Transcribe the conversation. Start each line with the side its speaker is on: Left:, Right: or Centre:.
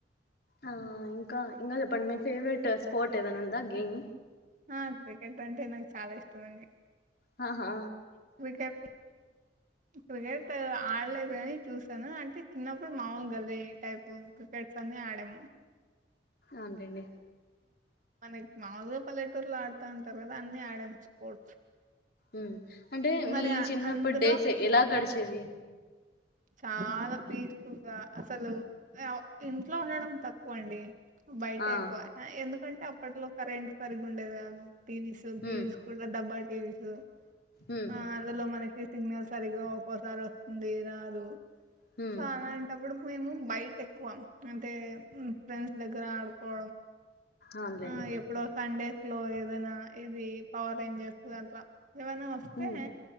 Left: ఆ ఇంకా ఇంకా చెప్పండి మీ ఫేవరెట్ స్పోర్ట్ ఏదైనా ఉందా గేమ్
Right: ఆ క్రికెట్ అంటే నాకు చాలా ఇష్టమండి
Left: హా హా
Right: క్రికెట్ క్రికెట్ ఆ ఆడలేదు చూసాను అంటే చిన్నప్పుడు మాముూలు గల్లి టైప్ క్రికెట్స్ అన్ని ఆడము
Left: అంటేండీ
Right: మనకి మాముూలుగా పల్లెటూరులో ఆడుతాంటారు కదా అన్ని ఆడాము స్పోర్ట్స్
Left: ఉమ్ అంటే
Right: మరి
Left: మీ
Right: ఆ-
Left: చిన్నప్పుటి
Right: అందులో
Left: డేస్ ఎలా గడిచేవి
Right: చాలా పీస్ఫుల్గా అసలు ఇంట్లో ఉండడం తక్కువ అండి బయటె
Left: ఆ
Right: ఎక్కువ ఎందుకంటే అప్పట్లో కరెంట్ సరిగ ఉండేది కాదు టీవీస్ టీవీస్
Left: మ్
Right: కూడా డబ్బా టీవీస్
Left: మ్
Right: ఆ అందులో మనకి సిగ్నల్ సరిగా ఒక్కోసారి వస్తుంది రాదు
Left: మ్
Right: సో అలాంటప్పుడు మేము బయట ఎక్కువం అంటే మ్ ఫ్రెండ్స్ దగ్గర ఆడు డ
Left: అవునులేండి
Right: ఆ ఎప్పుడో సండేస్ లో ఏదైనా ఇది పవర్ రేంజర్స్ దాంట్లా ఏమన్నా వస్తే
Left: మ్